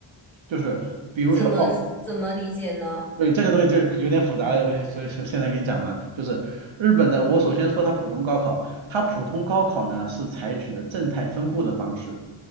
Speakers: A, on the right; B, in the centre.
A: 就是比如说，
B: 怎么怎么理解呢？
A: 哦，对，这个东西就有点复杂了，我就所以说现在跟你讲嘛，就是日本的，我首先说它普通高考，它普通高考呢是采取的正态分布的方式，